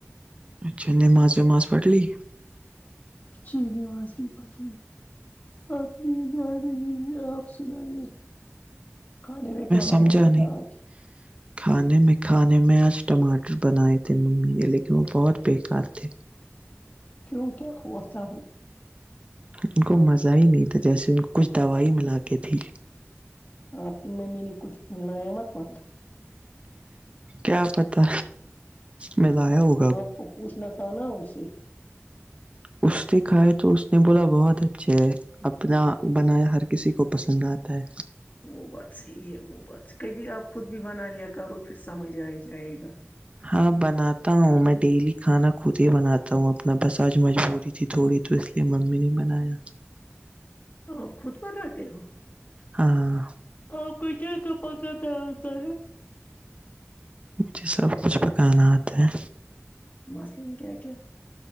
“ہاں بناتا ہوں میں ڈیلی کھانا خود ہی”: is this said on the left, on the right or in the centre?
Right